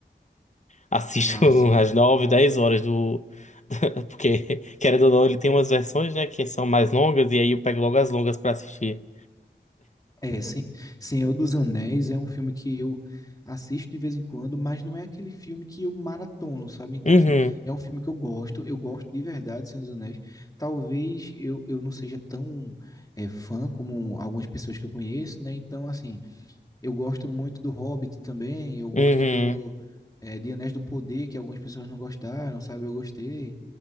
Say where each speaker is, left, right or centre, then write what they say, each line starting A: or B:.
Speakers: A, on the left (about 40°); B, on the left (about 20°).
A: assisto
B: É massa.
A: <laughs> às 9 10 horas do. <laughs> Porque, querendo ou não, ele tem umas versões, né, que são mais longas, e aí eu pego logo as longas pra assistir.
B: É, Sen- Senhor dos Anéis é um filme que eu assisto de vez em quando, mas não é aquele filme que eu maratono, sabe? Então,
A: Uhum,
B: assim, é um filme que eu gosto, eu gosto de verdade de Senhor dos Anéis. Talvez eu, eu não seja tão é, fã como algumas pessoas que eu conheço, né? Então, assim, eu gosto muito do Hobbit também, eu gosto
A: uhum,
B: do eh, de Anéis do Poder, que algumas pessoas não gostaram, sabe? Eu gostei.